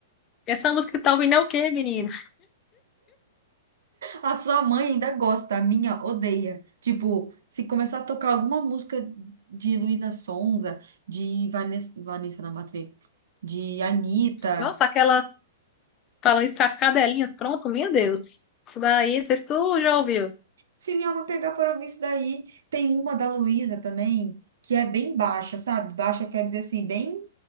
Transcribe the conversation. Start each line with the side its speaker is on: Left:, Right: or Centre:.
Left: Essa música que tá ouvindo é o quê, menina?
Right: A sua mãe ainda gosta, a minha odeia. Tipo, se começar a tocar alguma música de Luísa Sonza, de Vanessa, Vanessa na Matuê, de Anitta.
Left: Nossa, aquela falando isso, as cadelinhas, pronto, meu Deus. Isso daí, não sei se tu já ouviu.
Right: Se minha alma pegar para ouvir isso daí, tem uma da Luísa também, que é bem baixa, sabe? Baixa quer dizer assim, bem.